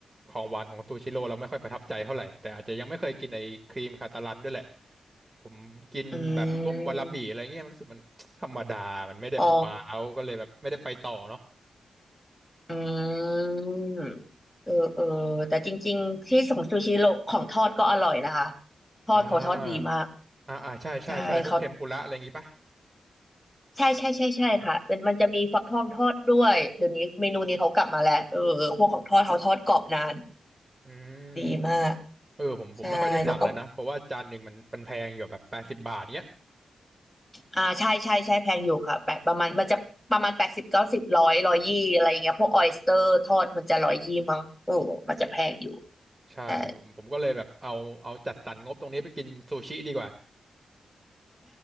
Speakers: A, on the right; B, in the centre.
A: ของหวานของซูชิโร่แล้วไม่ค่อยประทับใจเท่าไหร่แต่อาจจะยังไม่เคยกินไอ้ครีมคาตาลันด้วยแหละผมกินแบบพวกวาลาบิอะไรเงี้ยมันรู้สึกมัน
B: อืม
A: <tsk> ธรรมดามันไม่ได้ว้าวก็เลยแบบไม่ได้ไปต่อเนาะ
B: อ๋ออืมเออเออแต่จริงๆที่ของซูชิโรของทอดก็อร่อยนะคะทอดเขาทอดดีมาก
A: อ่าอ่าอ่าใช่ใช่ใช่พวกเทมปุระอะไรอย่างงี้ป่ะ
B: ใช่เขาใช่ใช่ใช่ใช่ค่ะเป็นมันจะมีฟักทองทอดด้วยเดี๋ยวนี้เมนูนี้เขากลับมาแล้วเออเออพวกของทอดเขาทอดกรอบนาน
A: อืม
B: ดีมาก
A: เออผมผมไม่ค่อยได้สั่งเลยนะเพราะว่าจานหนึ่งมันมันแพงอยู่แบบแปดสิบบาทเนี้ย
B: ใช่แล้วก็อ่าใช่ใช่ใช่แพงอยู่ค่ะแปดประมาณมันจะประมาณแปดสิบเก้าสิบร้อยร้อยยี่อะไรอย่างเงี้ยพวกออยสเตอร์ทอดมันจะร้อยยี่มั้งเออมันจะแพงอยู่
A: ใช่ผมผมก็เลยแบบเอาเอาจัดสรรงบตรงนี้ไปกินซูชิดีกว่า
B: ใช่